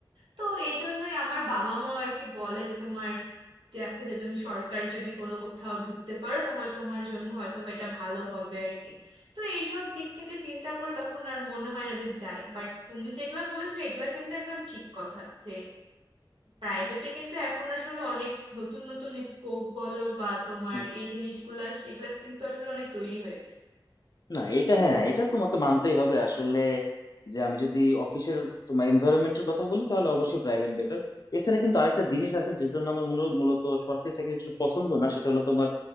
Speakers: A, on the right; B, on the left.
A: তো এই জন্যই আমার বাবা মা আর কি বলে যে তোমার দেখো যে তুমি সরকারি যদি কোনো কোথাও ঢুকতে পারো তাহলে তোমার জন্য হয়তো বা এটা ভালো হবে আর কি তো এইসব দিক থেকে চিন্তা করে তখন আর মনে হয় না যে যাই বাট তুমি যেগুলা বলেছো এগুলা কিন্তু একদম ঠিক কথা যে প্রাইভেটে কিন্তু এখন আসলে অনেক নতুন নতুন স্কোপ বলো বা তোমার
B: হুম
A: এই জিনিসগুলা সেগুলা কিন্তু আসলে অনেক তৈরি হয়েছে
B: না এটা হ্যাঁ এটা তোমাকে মানতেই হবে আসলে যে আমি যদি অফিসের তোমার এনভায়রনমেন্টের কথা বলি তাহলে অবশ্যই প্রাইভেট বেটার এছাড়া কিন্তু আরেকটা জিনিস আছে যে জন্য আমার মূল- মূলত সরকারি চাকরিটা একটু পছন্দ না সেটা হলো তোমার